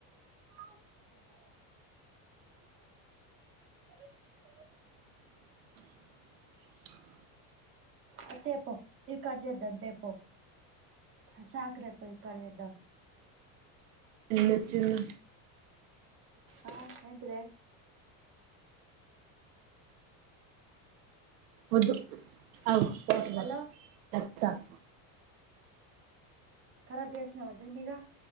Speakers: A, on the right (about 30°); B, on the right (about 85°).
A: <unintelligible>
B: <unintelligible>
A: అది తెపో ఇది కట్ చేద్దాం తెపో అ చాక్ తెపో ఇది కట్ చేద్దాం
B: ఎన్నొచ్చున్నా
A: ఆ ఏంటిదె
B: వద్దు ఆ
A: ఇదే
B: గో వాటర్
A: హలో ఖరాబ్ చేసినవా దీని ఇగా